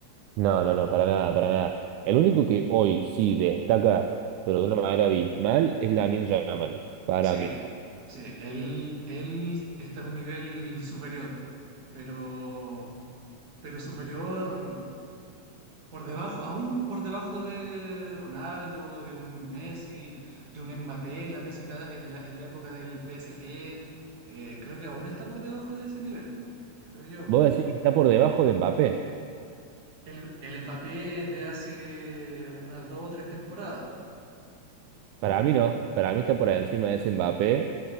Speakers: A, on the right; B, on the right.
A: No, no, no, para nada, para nada. El único que hoy sí destaca, pero de una manera abismal, es Lamine Yamal, para
B: Sí,
A: mí.
B: sí, él, él está en un nivel superior, pero, pero superior. Por debajo, aún por debajo de Ronaldo, de un Messi, de un Mbappé en la, Messi ca- en la, en la época del PSG, eh, creo que aún está por debajo de ese nivel, creo yo.
A: ¿Vos decís que está por debajo de Mbappé?
B: El, el Mbappé de hace unas dos o tres temporadas.
A: Para mí no, para mí está por encima de ese Mbappé